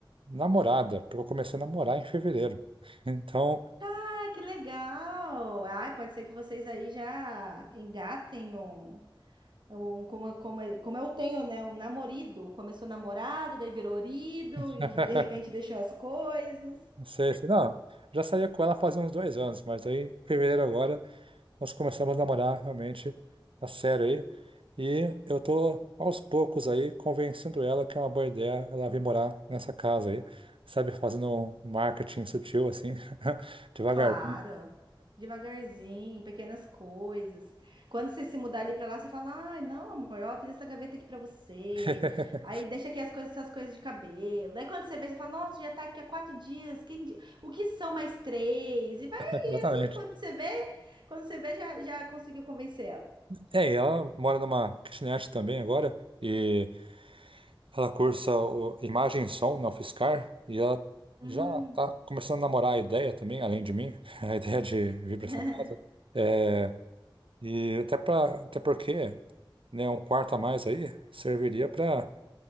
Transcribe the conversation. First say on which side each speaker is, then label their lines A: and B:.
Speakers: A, on the right; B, on the right.
A: namorada, porque eu comecei a namorar em fevereiro. <laughs> Então,
B: Ah, que legal! Ai, pode ser que vocês aí já engatem um. Um, como, como, é, como eu tenho, né? Um namorido. Começou namorado, daí virou orido
A: <laughs>
B: e de repente deixou as coisas.
A: sei, sei, se não, já saía com ela fazia uns dois anos, mas aí, em fevereiro agora, nós começamos a namorar realmente a sério aí. E eu tô aos poucos aí convencendo ela que é uma boa ideia ela vir morar nessa casa aí, sabe, fazendo um marketing sutil assim, <laughs> devagarzinho.
B: Claro, devagarzinho, pequenas coisas. Quando você se mudar ali pra lá, você fala: Ai, não, amor, ó, fiz essa gaveta aqui pra você.
A: <laughs>
B: Aí deixa aqui as coisas, essas coisas de cabelo. Daí quando você vê, você fala: Nossa, já tá aqui há quatro dias. Quem... di- O que são mais três? E vai aí,
A: Exatamente.
B: assim, quando você vê, quando você vê, já, já conseguiu convencer ela.
A: É, e ela mora numa kitnet também agora e ela cursa o- imagem e som na UFSCar e ela
B: Hum,
A: já tá começando a namorar a ideia também, além de mim, <laughs> a ideia de vir para
B: <laughs>
A: essa casa. É, e até para até porque, né, um quarto a mais aí serviria para